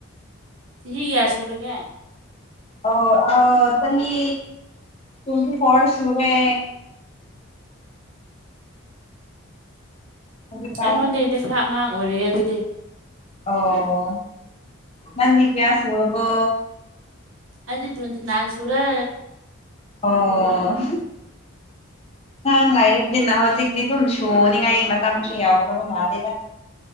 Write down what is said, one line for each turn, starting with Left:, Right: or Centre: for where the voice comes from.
Right: ꯆꯍꯤ ꯀꯌꯥ ꯁꯨꯔꯒꯦ
Left: ꯑꯣ ꯑꯥ ꯆꯍꯤ ꯇꯣꯟꯇꯤꯐꯣꯔ ꯁꯨꯔꯦ ꯍꯧꯖꯤꯛꯀꯥꯟ
Right: ꯑꯩꯉꯣꯟꯗꯩꯗꯤ ꯈꯔ ꯑꯉꯥꯡ ꯑꯣꯏꯔꯤꯌꯦ ꯑꯗꯨꯗꯤ
Left: ꯑꯣ ꯅꯪꯗꯤ ꯀꯌꯥ ꯁꯨꯔꯕꯣ
Right: ꯑꯩꯗꯤ ꯇꯣꯟꯇꯤꯅꯥꯏ ꯁꯨꯔꯦ
Left: ꯑꯣ ꯅꯍꯥꯟ ꯂꯥꯛꯏꯕꯅꯤꯅ ꯍꯧꯖꯤꯛꯇꯤ ꯑꯗꯨꯝ ꯁꯨꯅꯤꯉꯥꯏ ꯃꯇꯝꯁꯨ ꯌꯥꯎꯈ꯭ꯔꯕ ꯃꯥꯜꯂꯦꯗ